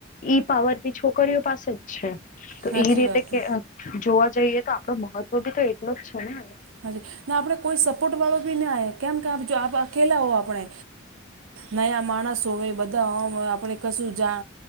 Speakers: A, on the left (about 40°); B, on the right (about 70°).
A: ઈ પાવર બી છોકરીઓ પાસે જ છે. તો
B: સાચી
A: એ રીતે
B: વાત
A: કે જોવા જઈએ તો આપડો મહત્વ બી તો એટલો જ છે ને.
B: હા ના આપણે કોઈ સપોર્ટ વાળો બી નાને આવે કેમ કે આપ જો આપ અકેલા હો આપણે. નયા માણસો હોવે બધા ઓમ આપણે કશું જા